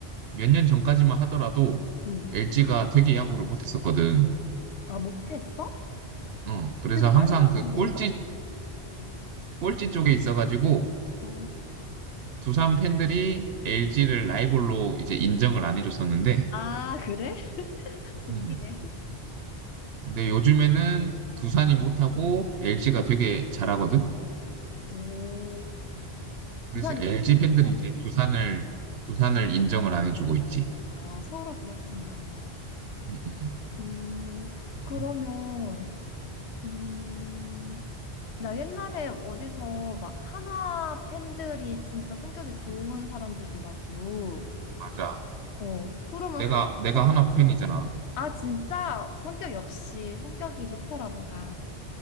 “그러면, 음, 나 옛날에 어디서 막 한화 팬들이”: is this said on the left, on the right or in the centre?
Left